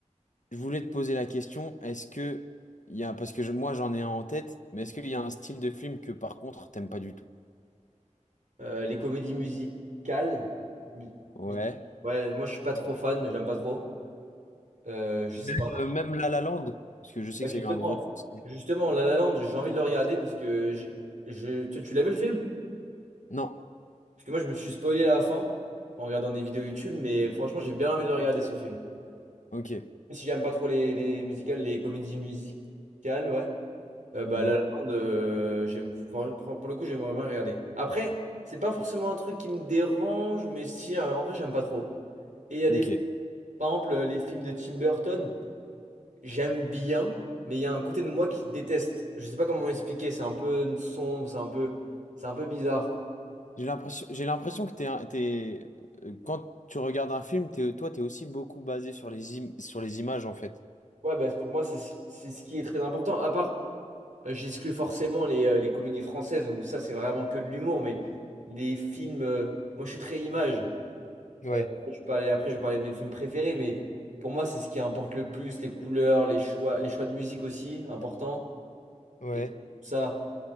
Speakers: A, on the left; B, on the right.
A: Je voulais te poser la question, est-ce que il y a, parce que je- moi j'en ai un en tête, mais est-ce qu'il y a un style de film que par contre t'aimes pas du tout?
B: Euh, les comédies musicales. mu-
A: Ouais.
B: musicales. Ouais, moi je suis pas trop fan, j'aime pas trop. Euh, je sais
A: Même,
B: pas.
A: euh, même La La Land, parce que je sais
B: Ouais,
A: que
B: Justement,
A: ça a eu un gros succès.
B: justement, La La Land, j'ai envie de le regarder parce que j'ai- je, tu, tu l'as vu le film?
A: Non.
B: Parce que moi je me suis spoilé la fin en regardant des vidéos YouTube, mais franchement j'ai bien envie de le regarder ce film.
A: Ok.
B: Même si j'aime pas trop les, les musicales, les comédies musicales, ouais. Euh, bah,
A: Hmm.
B: La La Land, euh, j'aime, pour pour le coup, j'aimerais bien regarder. Après, c'est pas forcément un truc qui me dérange, mais si, euh, en vrai, j'aime pas trop. Et il y a
A: Ok.
B: des Par exemple, euh, les films de Tim Burton, j'aime bien, mais il y a un côté de moi qui déteste. Je sais pas comment expliquer, c'est un peu sombre, c'est un peu, c'est un peu bizarre.
A: J'ai l'impression, j'ai l'impression que t'es, un- t'es, euh, quand tu regardes un film, t'es, toi t'es aussi beaucoup basé sur les im- sur les images en fait.
B: Ouais, bah, pour moi, c'est ce c'est ce qui est très important. À part, euh, j'exclus forcément les, euh, les comédies françaises où ça, c'est vraiment que de l'humour, mais les films, euh, moi, je suis très image.
A: Ouais,
B: Euh, je vais parler, après, je vais parler de mes films préférés, mais pour moi, c'est ce qui importe le plus, les couleurs, les choix, les choix de musique aussi, important.
A: ouais,
B: Et tout ça.